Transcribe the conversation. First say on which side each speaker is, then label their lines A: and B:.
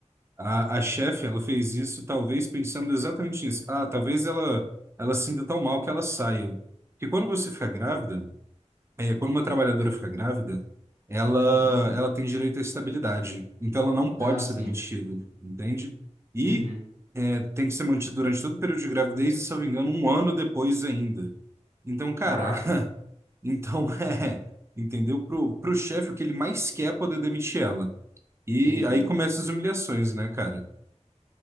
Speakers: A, on the right; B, on the right.
A: A, a chefe, ela fez isso talvez pensando exatamente nisso. Ah, talvez ela, ela se sinta tão mal que ela saia. Porque quando você fica grávida, é, quando uma trabalhadora fica grávida, ela,
B: Uhum.
A: ela tem direito à estabilidade. Então ela não pode
B: Ah, sim.
A: ser demitida, entende? E
B: Uhum.
A: é, tem que ser mantida durante todo o período de gravidez e, se eu não me engano, um ano depois ainda. Então, cara,
B: Caraca,
A: <laughs> então é, entendeu? Pro, pro chefe, o que ele mais quer é poder demitir ela. E
B: entendi.
A: aí começam as humilhações, né, cara?